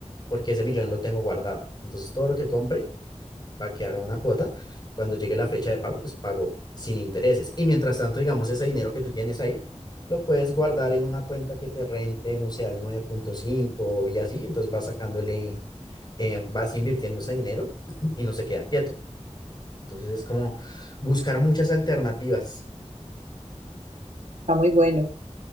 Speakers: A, on the left; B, on the right.
A: porque ese millón lo tengo guardado. Entonces, todo lo que compre va a quedar a una cuota. Cuando llegue la fecha de pago, pues pago sin intereses. Y mientras tanto, digamos, ese dinero que tú tienes ahí, lo puedes guardar en una cuenta que te rente, no sé, al nueve punto cinco y así. Entonces, vas sacándole, eh, vas invirtiendo ese dinero <clears throat> y no se queda quieto. Entonces es como buscar muchas alternativas.
B: está muy bueno,